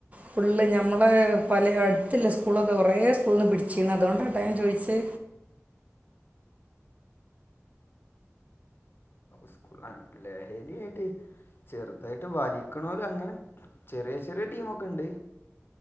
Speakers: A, on the right; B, on the left.
A: ഫുള്ള് ഞമ്മളെ പല അടുത്തല്ല സ്കൂളൊക്കെ കൊറെേ സ്കൂള നിന്ന് പിടിച്ചിന്ന് അതുകൊണ്ടാട്ട ഞൻ ചോദിച്ചത്
B: സ്കൂള ലഹരി ആായിട്ട് ചെറുതായിട്ട് വലിക്കണലോ അങ്ങനെ ചെറിയ ചെറിയ ടീമ ഒക്കെ ഉണ്ട്